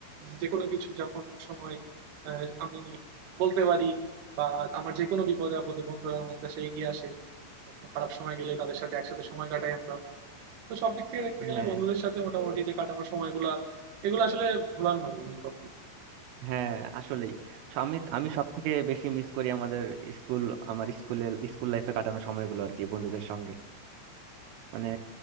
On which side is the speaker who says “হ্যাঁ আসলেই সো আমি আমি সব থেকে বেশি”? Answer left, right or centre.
Right